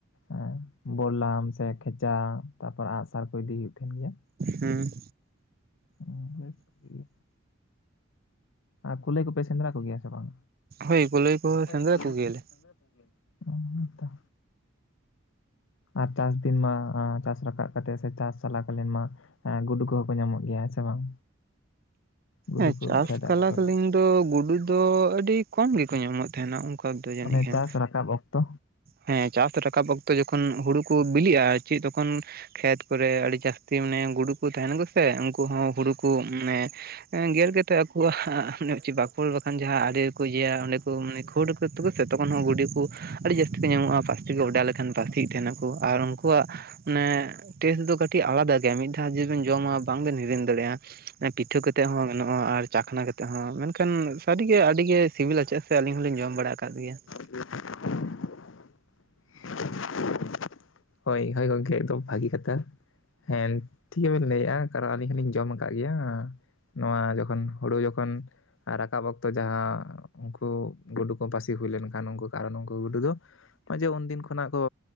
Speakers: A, on the left; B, on the right.
A: ᱦᱮᱸ ᱵᱚᱞᱞᱟᱢ ᱥᱮ ᱠᱷᱮᱪᱟ ᱛᱟᱨᱯᱚᱨ ᱟᱸᱜᱥᱟᱨ ᱠᱚ ᱤᱫᱤ ᱦᱩᱭᱩᱜ ᱛᱟᱦᱮᱸᱱ ᱜᱮᱭᱟ
B: ᱦᱩᱸ
A: ᱦᱚᱸ ᱵᱮᱥ ᱜᱤ ᱟᱸ ᱠᱩᱞᱟᱹᱭ ᱠᱩᱯᱮ ᱥᱮᱸᱫᱽᱨᱟ ᱠᱚᱜᱮᱭᱟ ᱥᱮ ᱵᱟᱝ,
B: ᱦᱳᱭ ᱠᱩᱞᱟᱹᱭ ᱠᱚ
A: ᱦᱳᱭ
B: ᱥᱮᱸᱫᱽᱨᱟ
A: ᱠᱟᱹᱭ
B: ᱠᱚᱜᱮᱭᱟᱞᱮ
A: ᱠᱚᱦᱚ ᱥᱮᱸᱨᱟ ᱠᱚᱜᱮᱭᱟ ᱠᱚ ᱚ ᱦᱮᱸᱛᱚ ᱟᱨ ᱪᱟᱥ ᱫᱤᱱ ᱢᱟ ᱟᱸ ᱪᱟᱥ ᱨᱟᱠᱟᱜ ᱠᱟᱛᱮ ᱥᱮ ᱪᱟᱥ ᱪᱟᱞᱟ ᱠᱟᱞᱤᱱ ᱢᱟ ᱮᱸ ᱜᱩᱰᱩ ᱠᱚᱦᱚᱸ ᱠᱚ ᱧᱟᱢᱚᱜ ᱜᱮᱭᱟᱸ ᱦᱮᱸ ᱥᱮ ᱵᱟᱝ ᱜᱩᱰᱩ
B: ᱮᱸ
A: ᱠᱚ
B: ᱪᱟᱥ
A: ᱠᱷᱮᱛ ᱟᱲᱮ
B: ᱠᱟᱞᱟ
A: ᱠᱚᱨᱮ
B: ᱟᱹᱞᱤᱧ ᱫᱚ ᱜᱩᱰᱩ ᱫᱚ ᱟᱹᱰᱤ ᱠᱚᱢ ᱜᱮᱠᱚ ᱧᱟᱢᱚᱜ ᱛᱦᱮᱱᱟ ᱚᱝᱠᱟ ᱫᱚ ᱡᱟᱹᱱᱤᱡ
A: ᱢᱟᱱᱮ
B: ᱠᱷᱟᱱ
A: ᱪᱟᱥ ᱨᱟᱠᱟᱵ ᱚᱠᱛᱚ
B: ᱦᱮᱸ ᱪᱟᱥ ᱨᱟᱠᱟᱵ ᱚᱠᱛᱚ ᱡᱚᱠᱷᱚᱱ ᱦᱩᱲᱩ ᱠᱚ ᱵᱤᱞᱤᱜᱼᱟ ᱪᱤᱜ ᱛᱚᱠᱷᱚᱱ ᱠᱷᱮᱛ ᱠᱚᱨᱮ ᱟᱹᱰᱤ ᱡᱟᱹᱥᱛᱤ ᱢᱟᱱᱮ ᱜᱩᱲᱩ ᱠᱚ ᱛᱟᱦᱮᱱᱟᱠᱩ ᱥᱮ ᱩᱝᱠᱩ ᱦᱚᱸ ᱦᱩᱲᱩ ᱠᱚ ᱢᱟᱱᱮ ᱜᱮᱨ ᱠᱟᱛᱮᱜ ᱟᱠᱚᱣᱟᱜ ᱢᱚᱱᱮ ᱪᱤ ᱵᱟᱠᱷᱳᱞ ᱵᱟᱠᱷᱟᱱ ᱡᱟᱸᱦ ᱟᱲᱮ ᱨᱮ ᱠᱚ ᱤᱭᱟᱹᱭᱟ ᱚᱸᱰᱮ ᱠᱚ ᱢᱟᱱᱮ ᱠᱷᱳᱲᱟᱠᱩ ᱛᱚᱵᱮ ᱥᱮᱛᱚ ᱠᱷᱚᱱ ᱦᱚᱸ ᱜᱩᱰᱤ ᱠᱚ ᱟᱹᱰᱤ ᱡᱟᱹᱥᱛᱤ ᱠᱚ ᱧᱟᱢᱚᱜᱼᱟ ᱯᱟᱹᱥᱛᱤ ᱠᱚ ᱚᱰᱟᱣ ᱞᱮᱠᱷᱟᱱ ᱯᱟᱹᱥᱤᱜ ᱛᱮᱦᱮᱱᱟ ᱠᱚ ᱟᱨ ᱩᱱᱠᱩ ᱠᱚᱣᱟᱜ ᱢᱟᱱᱮ ᱴᱮᱥᱴ ᱫᱚ ᱠᱟᱹᱴᱤᱡ ᱟᱞᱟᱫᱟ ᱜᱮᱭᱟ ᱢᱤᱫ ᱫᱷᱟᱣ ᱡᱩᱫᱤ ᱵᱤᱱ ᱡᱚᱢᱟ ᱵᱟᱝᱵᱮᱱ ᱦᱤᱲᱤᱧ ᱫᱟᱲᱤᱜᱼᱟ ᱯᱤᱴᱷᱟᱹ ᱠᱟᱛᱮ ᱦᱚᱸ ᱜᱚᱜᱼᱟ ᱟᱨ ᱪᱟᱠᱷᱱᱟ ᱠᱟᱛᱮ ᱦᱚᱸ ᱢᱮᱱᱠᱷᱟᱱ ᱥᱟᱹᱨᱤᱜᱮ ᱟᱹᱰᱤ ᱜᱮ ᱥᱤᱵᱤᱞᱟ ᱪᱮᱫ ᱥᱮ ᱟᱹᱞᱤᱧ ᱦᱚᱞᱤᱧ ᱡᱚᱢ ᱵᱟᱲᱟ ᱠᱟᱫ ᱜᱮᱭᱟ <inaudible>
A: ᱡ <unintelligible> ᱦᱳᱭ ᱦᱳᱭ ᱜᱚᱝᱠᱮ ᱮᱠᱫᱚᱢ ᱵᱷᱟᱹᱜᱤ ᱠᱟᱛᱷᱟ ᱦᱮᱸ ᱴᱷᱤᱠ ᱜᱮᱵᱮᱱ ᱞᱟᱹᱭᱮᱜᱼᱟ, ᱠᱟᱨᱚᱱ ᱟᱹᱞᱤᱧ ᱦᱚᱞᱤᱧ ᱡᱚᱢ ᱠᱟᱜ ᱜᱮᱭᱟ ᱱᱚᱣᱟ ᱡᱚᱠᱷᱚᱱ ᱦᱳᱲᱳ ᱡᱚᱠᱷᱚᱱ ᱨᱟᱠᱟᱵ ᱚᱠᱛᱚ ᱡᱟᱸᱦᱟ ᱩᱱᱠᱩ ᱜᱩᱰᱩ ᱠᱚ ᱯᱟᱹᱥᱤ ᱦᱩᱭ ᱞᱮᱱᱠᱷᱟᱱ ᱱᱠᱝᱠᱩ ᱛᱚ ᱟᱨᱚ ᱩᱱᱠᱩ ᱜᱩᱰᱩ ᱫᱚ ᱚᱸᱭᱡᱮ ᱩᱱᱫᱤᱱ ᱠᱷᱚᱱᱟᱜ ᱠᱚ